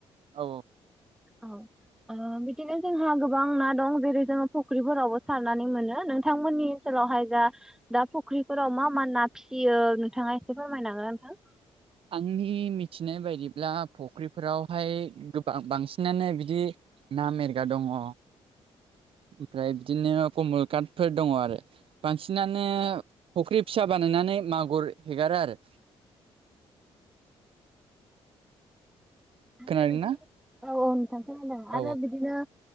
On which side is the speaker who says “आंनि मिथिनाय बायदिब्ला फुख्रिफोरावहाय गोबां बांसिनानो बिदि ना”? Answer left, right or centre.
Right